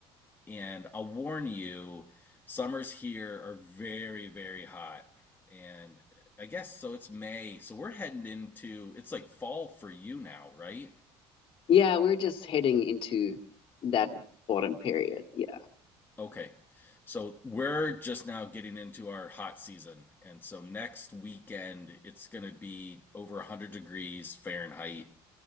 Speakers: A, on the left; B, on the left.
A: And I'll warn you, summers here are very, very hot. And I guess so it's May. So we're heading into it's like fall for you now, right?
B: Yeah, we're just heading into that autumn period. Yeah.
A: Okay. So we're just now getting into our hot season. And so next weekend it's going to be over 100 degrees Fahrenheit